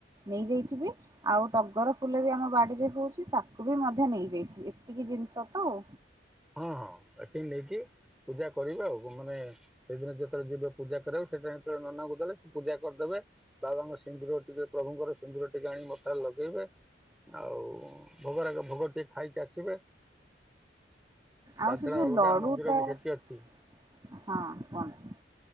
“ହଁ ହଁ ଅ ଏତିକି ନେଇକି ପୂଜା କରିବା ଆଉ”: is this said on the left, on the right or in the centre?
Centre